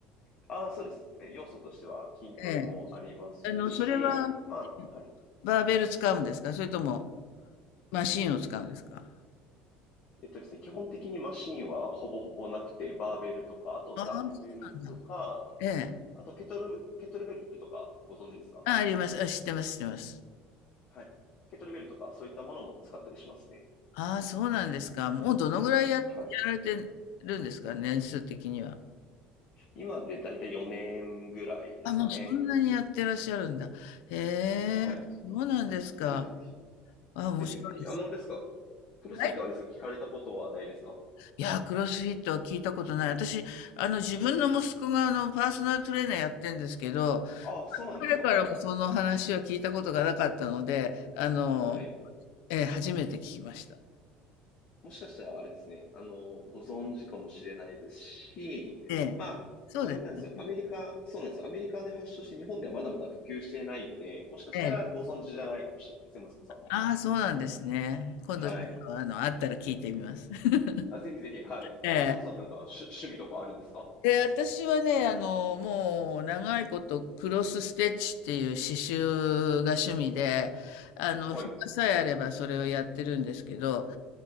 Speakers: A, on the left; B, on the left.
A: ああ、そうですね。要素としては筋トレもありますし、
B: ええ。あの、それは
A: まあ、はい。
B: バーベル使うんですかそれともマシンを使うんですか
A: えっとですね、基本的にマシンはほぼほぼなくて、バーベルとか、あとダンベルとか、
B: ああ、そうなんだ。ええ。
A: あとケトル、ケトルベルとかご存知ですか
B: あ、あります。あ、知ってます、知ってます。
A: はい。ケトルベルとか、そういったものも使ったりしますね。
B: ああ、そうなんですか。もうどのぐらいや、やられてるんですか年数的には。
A: はい。今でだいたい4年ぐらいですかね。
B: あ、もうそんなにやってらっしゃるんだ。へえ、
A: はい。
B: そうなんですか。
A: ぜひぜひ。
B: あ、面白いです。
A: ぜひぜひ。あの、あれですかプロスイートあれですか聞かれたことはないですか
B: はいいやー、クロスフィットは聞いたことない。私、あの、自分の息子が、あの、パーソナルトレーナーやってんですけど、
A: ああ、そうなんですか。
B: 彼からもその話は聞いたことがなかったので、
A: はい。
B: あの、
A: はい。
B: えー初めて聞きました。
A: もしかしたらあれですね、あの、ご存知かもしれないですし、
B: ええ、
A: まあ、
B: そうですね。
A: あれなんですよ。アメリカ、そうなんですよ。アメリカで発祥して日本ではまだまだ普及していないので、もしかしたらご存知じゃないかもしれないですね、
B: ええ。
A: 息子さんも。
B: ああ、そうなんですね。今度ちょっと、
A: はい。
B: あの、あったら聞いてみます。<laughs>
A: あ、ぜひぜひ、はい。
B: ええ。
A: 朝子さんなんか趣、趣味とかあるんですか
B: で、私はね、あの、もう、長いこと、クロスステッチっていう刺繍が趣味で、あの、
A: はい、
B: 暇さえあればそれをやってるんですけど、